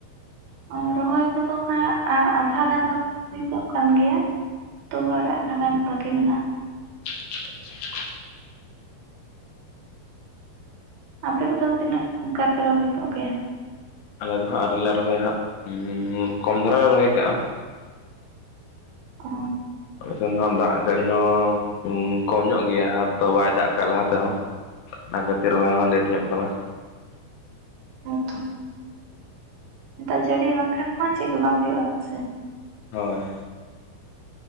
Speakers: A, on the right (about 75°); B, on the left (about 80°).
A: ᱟᱨ ᱨᱚᱦᱚᱭ ᱠᱚᱫᱚ ᱦᱟᱸᱜ ᱟᱸ ᱟᱫᱷᱟ ᱜᱟᱱ ᱫᱚ ᱨᱚᱦᱚᱭ ᱦᱩᱭ ᱠᱚᱜ ᱠᱟᱱ ᱜᱮᱭᱟ᱾ ᱛᱚ ᱟᱨ ᱟᱫᱷᱟ ᱜᱟᱱ ᱵᱟᱠᱤ ᱢᱮᱱᱟᱜᱼᱟ᱾
B: <inaudible>
A: ᱟᱯᱮ ᱫᱚ ᱯᱮ ᱛᱤᱱᱟᱹᱜ ᱚᱱᱠᱟ ᱯᱮ ᱨᱚᱦᱚᱭ ᱠᱟᱜ ᱜᱮᱭᱟ?
B: ᱟᱞᱮ ᱫᱚ ᱦᱟᱸᱜ ᱟᱹᱣᱨᱤ ᱞᱮ ᱨᱚᱦᱚᱭᱟ ᱦᱟᱸᱜ᱾ ᱩᱸᱢᱠᱚᱢ ᱫᱷᱟᱨᱟ ᱞᱮ ᱨᱚᱦᱚᱭ ᱠᱟᱜᱼᱟ᱾
A: ᱚ᱾
B: ᱟᱞᱮ ᱥᱮᱱ ᱫᱚ ᱦᱟᱸᱜ ᱫᱟᱜ ᱡᱟᱹᱲᱤ ᱦᱚᱸ ᱠᱚᱢ ᱧᱚᱜ ᱜᱮᱭᱟ᱾ ᱦᱟᱸ ᱛᱚ ᱵᱟᱭ ᱫᱟᱜ ᱠᱟᱜ ᱞᱟᱦᱟ ᱛᱮᱦᱚᱸ᱾ ᱚᱱᱟ ᱠᱷᱟᱹᱛᱤᱨ ᱨᱚᱦᱚᱭ ᱦᱚᱸ ᱞᱮᱴ ᱧᱚᱜ ᱠᱟᱱᱟ᱾
A: ᱦᱚᱸ ᱛᱚ᱾ ᱫᱟᱜ ᱡᱟᱹᱲᱤ ᱵᱟᱝᱠᱷᱟᱱ ᱢᱟ ᱪᱮᱫ ᱦᱚᱸ ᱵᱟᱝ ᱦᱩᱭᱩᱜᱼᱟ ᱵᱟᱝᱥᱮ᱾
B: ᱦᱳᱭ᱾